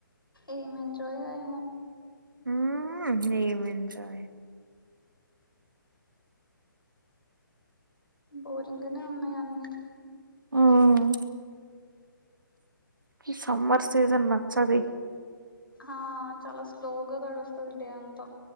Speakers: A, on the left; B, on the right.
A: ఏం ఎంజాయో ఏమో
B: ఊమ్మ్ ఏం ఎంజాయ్
A: బోరింగనే ఉన్నయ్ అన్ని
B: ఊమ్ ఈ సమ్మర్ సీజన్ నచ్చది
A: హా చాలా స్లోగా గడుస్తది డే అంత